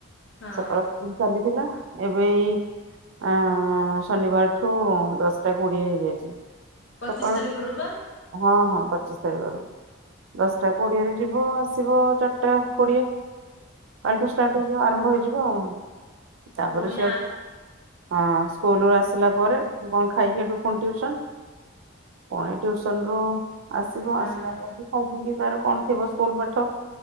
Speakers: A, on the left; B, on the right.
A: ହଁ
B: ସକାଳ ସ୍କୁଲ୍ ଚାଲିଥିଲା ଏବେ ଏଇ ଅ ଶନିବାରଠୁ ଦଶଟା କୋଡିଏ ହେଇଯାଇଛି।
A: ପଚିଶ
B: ସକାଳୁ
A: ତାରିଖରୁ
B: ସ୍କୁଲ୍
A: ପା
B: ହଁ, ହଁ ପଚିଶ ତାରିଖରୁ। ଦଶଟା କୋଡିଏରେ ଯିବ ଆସିବ ଚାର୍ ଆଠଟା କୋଡିଏ କଲିଠୁ ଷ୍ଟାର୍ଟ ହେଇଯିବ ଆରମ୍ଭ ହେଇଯିବ ଆଉ। ତାପରେ
A: ପୁଣି
B: ସଆଡୁ
A: ଆ
B: ହଁ ସ୍କୁଲ ରୁ ଆସିଲା ପରେ କଣ ଖାଇକି ସେଠୁ ପୁଣି ଟିଉସନ ପୁଣି ଟିଉସନ ରୁ ଆସିବ
A: ହଁ
B: ଆସିଲା ପରେ ହଉ ଜଦି ତାର କଣ ଥିବ ସ୍କୁଲ ପାଠ।